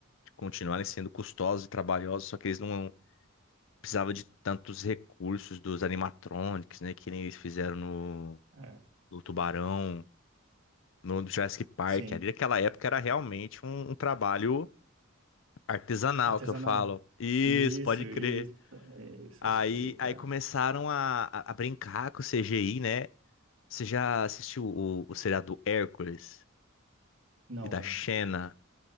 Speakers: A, on the left; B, on the right.
A: continuarem sendo custosos e trabalhosos, só que eles não precisava de tantos recursos dos animatronics, né? Que nem eles fizeram no,
B: É,
A: no Tubarão, no Jurassic Park.
B: sim.
A: Ali naquela época era realmente um, um trabalho artesanal
B: Artesanal.
A: que eu falo. Isso,
B: Isso,
A: pode
B: isso,
A: crer.
B: isso,
A: Aí,
B: isso aí, cara.
A: aí começaram a, a, a brincar com o CGI, né? Você já assistiu o, o seriado do Hércules
B: Não,
A: e da
B: velho.
A: Xena?